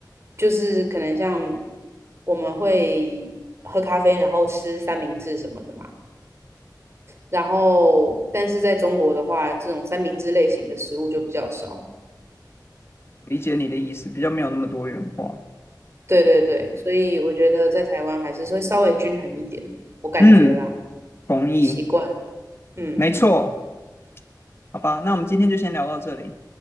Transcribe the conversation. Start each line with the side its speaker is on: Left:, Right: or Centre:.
Right: 就是可能像我们会喝咖啡，然后吃三明治什么的嘛。然后，但是在中国的话，这种三明治类型的食物就比较少。
Left: 理解你的意思，比较没有那么多元化。
Right: 对对对，所以我觉得在台湾还是会稍微均衡一点，我感觉啦，
Left: 嗯，同意，
Right: 习惯了。嗯，
Left: 没错，好吧，那我们今天就先聊到这里，